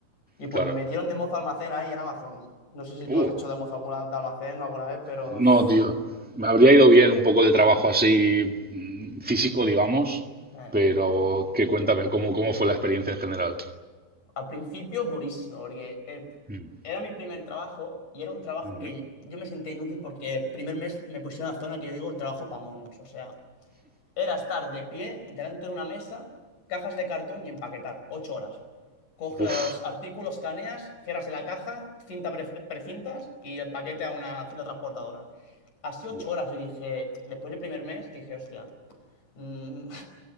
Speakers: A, on the left (about 70°); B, in the centre.
A: Y pues
B: Claro.
A: me metieron de mozo almacén ahí en Amazon. No sé si tú
B: Uh,
A: has hecho de mozo alguna, de almacén alguna vez, pero
B: no,
A: uf,
B: tío. Me habría ido bien un poco de trabajo así mm, físico, digamos,
A: eh,
B: pero que cuéntame cómo, cómo fue la experiencia en general.
A: al principio durísimo, porque el-
B: Mm,
A: era mi primer trabajo y era un trabajo
B: ujú.
A: que yo me senté inútil porque el primer mes me pusieron a la zona que yo digo trabajo para monos. O sea, Era estar de pie delante de una mesa, cajas de cartón y empaquetar. Ocho horas. Coges
B: Uf,
A: los artículos, caneas, cierras en la caja, cinta pre- precintas y el paquete a una cinta transportadora. Así ocho
B: buah.
A: horas. Yo dije, después del primer mes, dije, hostia, mm,